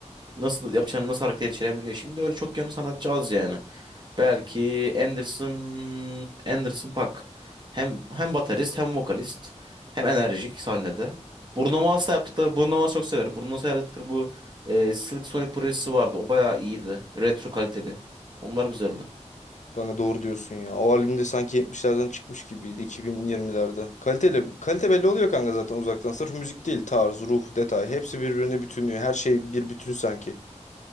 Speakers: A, on the right; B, on the left.
A: nasıl yapacağını nasıl harekete geçirebiliyor. Şimdi öyle çok yönlü sanatçı az yani. Belki Anderson Anderson Paak. Hem hem baterist hem vokalist hem enerjik sahnede. Bruno Mars'la yaptıkları Bruno Mars'ı çok severim. Bruno Mars'la yaptıkları bu e, Silk Sonic projesi vardı. O bayağı iyiydi. Retro kaliteli. Onlar güzeldi.
B: Kanka doğru diyorsun ya. O albümde sanki 70'lerden çıkmış gibiydi 2020'lerde. Kaliteli, kalite belli oluyor kanka zaten uzaktan. Sırf müzik değil, tarz, ruh, detay. Hepsi birbirine bütünlüyor. Her şey bir bütün sanki.